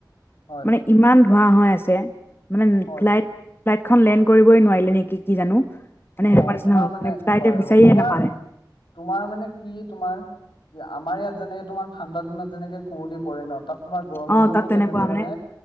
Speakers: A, on the left; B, on the left.
A: হয়
B: মানে ইমান ধোৱা হৈ আছে মানে
A: হয়
B: ফ্লাইট ফ্লাইটখন লেণ্ড কৰিবই নোৱাৰিলে নেকি কি জানো মানে
A: অ
B: সেনেকুৱা নিচিনা
A: তোমাৰ
B: হল
A: মানে
B: নে ফ্লাইটে
A: হয়
B: বিচাৰিয়ে
A: হয় তোমাৰ
B: নাপালে
A: তোমাৰ মানে কি তোমাৰ, আমাৰ ইয়াত যেনেকে তোমাৰ ঠাণ্ডা দিনত যেনেকে কুঁৱলী পৰে ন তাত, তোমাৰ গৰম
B: অ
A: দিনতো
B: তাত তেনেকুৱা
A: তেনেকে মানে